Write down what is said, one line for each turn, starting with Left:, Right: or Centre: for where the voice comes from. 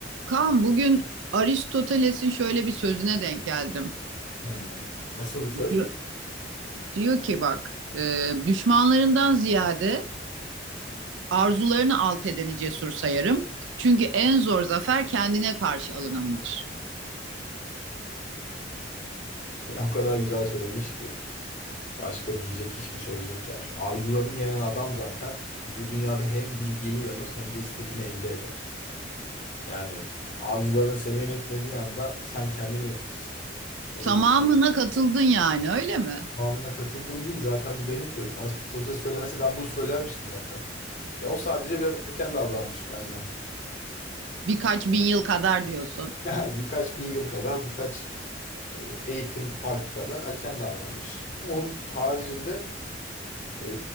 Right: Kaan bugün Aristoteles'in şöyle bir sözüne denk geldim.
Left: Hmm. Nasıl bir söz?
Right: Diyor, diyor ki bak e, düşmanlarından ziyade arzularını alt edeni cesur sayarım. Çünkü en zor zafer kendine karşı alınandır.
Left: Ya o kadar güzel söylemiş ki. Başka diyecek hiçbir söz yok yani. Şu arzularını yenen adam zaten bu dünyada hem bilgeliği alır hem de istediğini elde eder. Yani arzuların seni yönetmediği anda sen kendini yönetirsin. O yüzden
Right: Tamamına katıldın yani öyle mi?
Left: tamamına katıldım değil zaten bu benim sözüm. Aristoteles söylemese ben bunu söylermişim zaten. Ya o sadece biraz erken davranmış benden. <laughs>
Right: Birkaç bin yıl kadar diyorsun.
Left: Yani birkaç bin yıl kadar birkaç e, eğitim farkı kadar erken davranmış. Onun haricinde Ee,